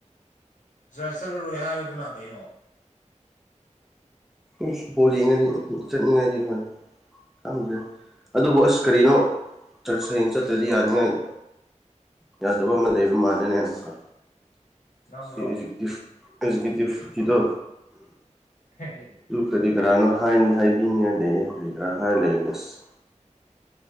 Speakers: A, on the left; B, in the centre.
A: ꯖꯥꯔ ꯆꯠꯔꯔꯣꯏ ꯍꯥꯏꯕꯗꯨꯅ ꯀꯩꯅꯣ
B: ꯏꯁ ꯄꯨꯅꯤꯡꯉꯥꯗꯤ ꯆꯠꯅꯤꯡꯉꯥꯗꯤ ꯍꯣꯏ ꯈꯪꯗ꯭ꯔꯦ ꯑꯗꯨꯕꯨ ꯑꯁ ꯀꯔꯤꯅꯣ ꯆ꯭ꯔꯁ ꯍꯌꯦꯡ ꯆꯠꯇ꯭ꯔꯗꯤ ꯌꯥꯅꯤꯡꯉꯥꯏ ꯌꯥꯗꯕ ꯑꯃ ꯂꯩꯕ ꯃꯥꯜꯂꯦꯅꯦ ꯑꯃꯨꯛꯀ
A: ꯅꯪꯔꯣ
B: ꯁꯤ ꯑꯦꯖꯨꯀꯤꯇꯤꯞ꯭ꯐ ꯑꯦꯖꯨꯀꯦꯇꯤꯞ꯭ꯐꯀꯤꯗꯣ
A: <unintelligible>
B: ꯀꯔꯤ ꯀꯔꯥꯅꯣ ꯍꯥꯏꯅꯤ ꯍꯥꯏꯕꯤꯅꯤꯡꯉꯥꯏ ꯂꯩꯌꯦ ꯀꯔꯤ ꯀꯔꯥ ꯍꯥꯏꯔ ꯂꯩ ꯑꯁ